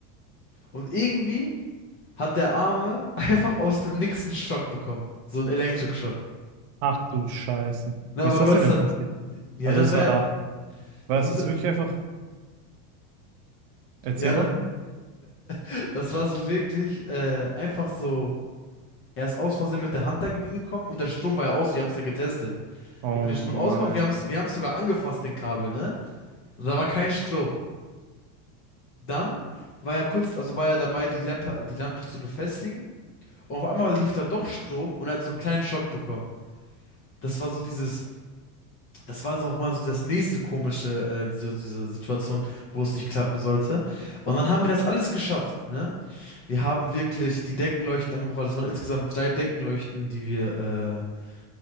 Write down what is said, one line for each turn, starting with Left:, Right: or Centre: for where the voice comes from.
Left: Und irgendwie hat der Arme <laughs> einfach aus dem Nix einen Schock bekommen. So einen Elektroschock.
Right: Ach du Scheiße.
Left: Na,
Right: Wie
Left: aber
Right: ist
Left: Gott
Right: das denn
Left: sei
Right: denn passiert?
Left: Dank. Ja,
Right: Also
Left: das
Right: ist
Left: war
Right: er,
Left: ja.
Right: war das
Left: Das musste,
Right: jetzt wirklich einfach? Erzähl
Left: ja, ja,
Right: mal.
Left: da, <laughs> das war so wirklich äh, einfach so. Er ist aus Versehen mit der Hand dagegen gekommen und der Strom war ja aus. Wir haben es ja getestet.
Right: Oh
Left: Wir haben den
Right: Mann,
Left: Strom ausgemacht,
Right: ey.
Left: wir haben es, wir haben es sogar angefasst, den Kabel, ne? Da war kein Strom. Dann war er kurz, also war er dabei, die Lampe, die Lampe zu befestigen. Und auf einmal lief da doch Strom und er hat so einen kleinen Schock bekommen. Das war so dieses, das war so auch mal so das nächste komische, äh, diese, diese Situation, wo es nicht klappen sollte. Und dann haben wir das alles geschafft, ne? Wir haben wirklich die Deckenleuchten angebracht, weil das waren insgesamt drei Deckenleuchten, die wir, äh,